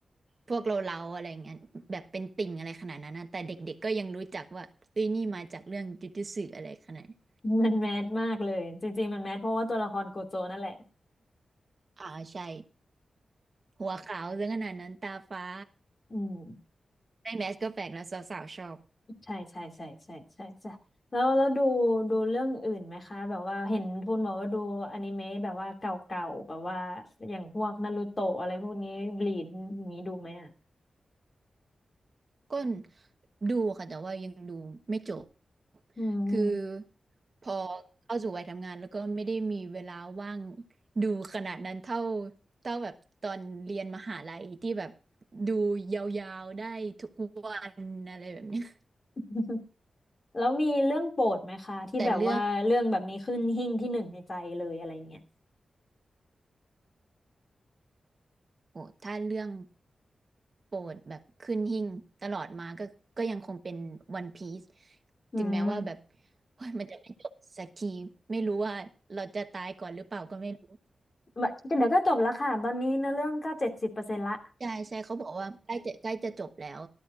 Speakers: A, on the right (about 35°); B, on the left (about 30°).
A: พวกเราเราอะไรเงี้ยแบบเป็นติ่งอะไรขนาดนั้นนะแต่เด็กๆก็ยังรู้จักว่าเอ้ยนี่มาจากเรื่องจ ujutsu อะไรขนาดนั้น
B: มันแมสมากเลยจริงๆมันแมสเพราะว่าตัวละครโกโจนั่นแหละ
A: อ่าใช่หัวขาวเรื่องขนาดนั้นตาฟ้า
B: อืม
A: ในแมสก็แปลกแล้วสาวๆชอบ
B: ใช่ใช่ใช่ใช่ใช่ใช่แล้วแล้วดูดูเรื่องอื่นไหมคะแบบว่าเห็นทูนบอกว่าดูอนิเมะแบบว่าเก่าๆแบบว่าอย่างพวกนารูโตะอะไรพวกนี้บลีดอย่างนี้ดูไหมอ่ะ
A: ก็ดูค่ะแต่ว่ายังดูไม่จบ
B: อืม
A: คือพอเข้าสู่วัยทำงานแล้วก็ไม่ได้มีเวลาว่างดูขนาดนั้นเท่าเท่าแบบตอนเรียนมหาลัยที่แบบดูยาวๆได้ทุกวันอะไรแบบเนี้ย
B: <laughs> แล้วมีเรื่องโปรดไหมคะที่แบบว่าเรื่องแบบนี้ขึ้นหิ้งที่หนึ่งในใจเลยอะไรเงี้ย
A: <laughs> แต่เรื่องโอ้ถ้าเรื่องโปรดแบบขึ้นหิ้งตลอดมาก็ก็ยังคงเป็นวันพี e
B: อืม
A: ถึงแม้ว่าแบบโอ้ยมันจะไม่จบสักทีไม่รู้ว่าเราจะตายก่อนหรือเปล่าก็ไม่รู้
B: แบบเดี๋ยวก็จบแล้วค่ะตอนนี้เนื้อเรื่องก็เจ็ดสิบเปอร์เซ็นต์ละ
A: ใช่ใช่เขาบอกว่าใกล้จะใกล้จะจบแล้ว